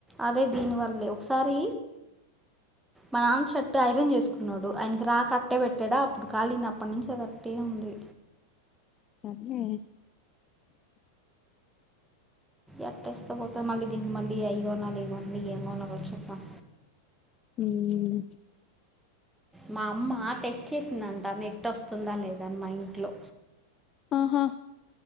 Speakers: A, in the centre; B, on the left.
A: అదే దీనివల్లే ఒకసారి మా నాన్న షర్ట్ ఐరన్ చేసుకు న్నాడు ఆయనకి రాక అట్టే పెట్టాడా అప్పుడు కాలీంది అప్పటి నుంచి అది అట్టే ఉంది
B: మరి
A: ఎట్టేస్త పోతా మళ్ళీ దీనికి మళ్ళీ అయి కొనాలి ఇవి కొనాలి ఏం కొనలో చూద్దాం
B: మ్మ్
A: మా అమ్మ టెస్ట్ చేసిందంట నెట్ వస్తుందా లేదని మా ఇంట్లో
B: ఆహా